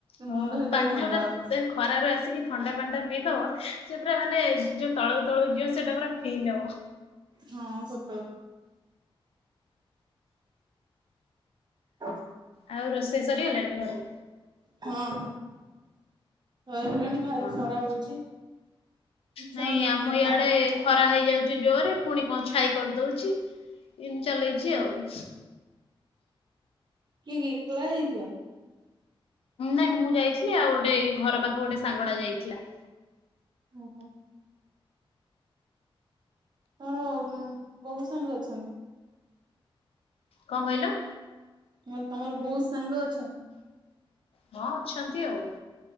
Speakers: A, on the left (about 80°); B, on the right (about 50°).
A: ହଁ
B: ମୁଣ୍ଡ ସେତବେଳୁ
A: ପାଣିଟା
B: ଥଣ୍ଡା
A: ପୁରା
B: ହବ।
A: ଖରାରୁ ଆସିକି ଥଣ୍ଡା ପାଣିଟା ପି ଦେବ। ସିଏ ପୁରା ମାନେ ଯୋଉ ତଳୁକୁ ତଳୁକୁ ଯିବ ସେଟା ପୁରା ଫିଲ୍ ହବ।।
B: ହଁ ସତ କଥା। <inaudible>
A: ଆଉ ରୋଷେଇ ସରିଗଲାଣି ଘରେ?
B: ହଁ। ସରିଗଲାଣି ଭାରି
A: ହଁ
B: ଖରା
A: ହଁ
B: ହଉଛି ଇଚ୍ଛା
A: ନାଇଁ
B: ହଉନି
A: ଆମ ଇଆଡେ
B: ବାହା
A: ଖରା ହେଇଯାଉଛି ଜୋରେ ପୁଣି କଣ ଛାଇ କରିଦଉଛି ଏତି ଚାଲେଇଛି
B: ଓହୋ
A: ଆଉ।
B: କିଏ କିଏ ଏକଲା ଯାଇ ଥିଲ?
A: ନାଇଁ ମୁଁ ଯାଇଥିଲି ଆଉ ଗୋଟେ ଏଇ ଘର ପାଖ ଗୋଟେ ସାଙ୍ଗଟା ଯାଇଥିଲା।
B: ହଁ ହଁ। ତମର ବୋହୁତ ସାଙ୍ଗ ଅଛନ୍ତି।
A: କଣ କହିଲ?
B: ମୁଁ କହିଲି ତମର ବହୁତ ସାଙ୍ଗ ଅଛନ୍ତି।
A: ହଁ ଅଛନ୍ତି ଆଉ।